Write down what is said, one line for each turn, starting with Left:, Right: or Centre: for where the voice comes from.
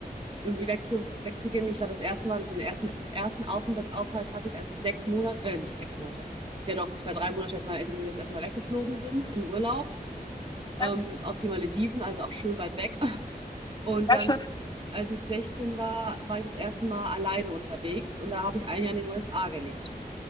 Right: irgendwie wegzu, wegzugehen. Ich war das erste Mal, den ersten, ersten Aufenthaltsaufhalt hatte ich, als ich sechs Monate, äh, nicht sechs Monate, ja doch, ich war drei Monate, als meine Eltern mit mir das erste Mal weggeflogen sind, in Urlaub, ähm,
Left: Ja,
Right: auf die Malediven, also auch schön weit weg. <laughs> Und
Left: sehr
Right: dann,
Left: schön.
Right: als ich 16 war, war ich das erste Mal alleine unterwegs und da habe ich ein Jahr in den USA gelebt.